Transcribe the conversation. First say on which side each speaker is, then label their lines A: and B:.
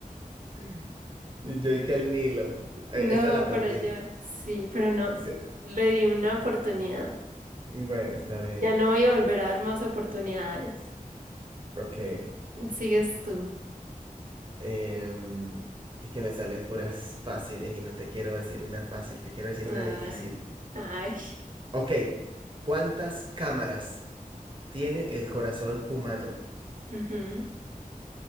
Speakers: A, on the right (about 35°); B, on the right (about 70°).
A: <laughs> Y Yo y que el Nilo. Eh,
B: No,
A: Esta la perdí.
B: por allá. Sí, pero no.
A: Se-
B: Le di una oportunidad.
A: Bueno, está bien.
B: Ya no voy a volver a dar más oportunidades.
A: Ok.
B: Sigues tú.
A: Em, es que me salen puras fáciles y no te quiero decir una fácil, te quiero decir
B: Ay,
A: una difícil.
B: ay.
A: Ok. ¿Cuántas cámaras tiene el corazón humano?
B: ujú,